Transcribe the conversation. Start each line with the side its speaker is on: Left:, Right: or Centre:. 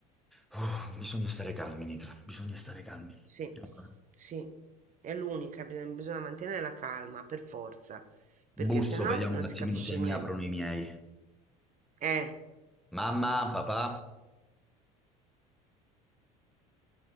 Centre: Uh, bisogna stare calmi, Nicla, bisogna stare calmi.
Right: Sì,
Centre: Allora,
Right: sì, è l'unica, bi- bisogna mantenere la calma per forza, perché
Centre: Busso,
Right: se no
Centre: vediamo
Right: non
Centre: un attimino
Right: si capisce
Centre: se
Right: niente.
Centre: mi aprono i miei.
Right: Eh,
Centre: Mamma, papà?